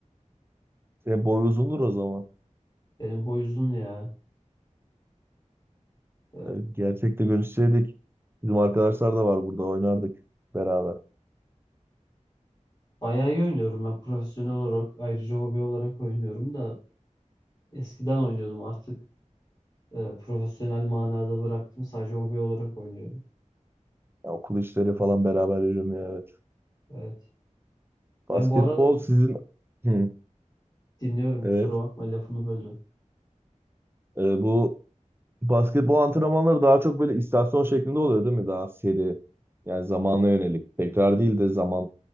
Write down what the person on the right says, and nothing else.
Senin boy uzundur o zaman.
Yani Gerçekte görüşseydik bizim arkadaşlar da var burada oynardık beraber.
Ya okul işleri falan beraber yürümüyor evet.
Basketbol
sizin... Hı,
evet.
Ee, bu Basketbol antrenmanları daha çok böyle istasyon şeklinde oluyor değil mi? Daha seri. Yani zamana yönelik. Tekrar değil de zaman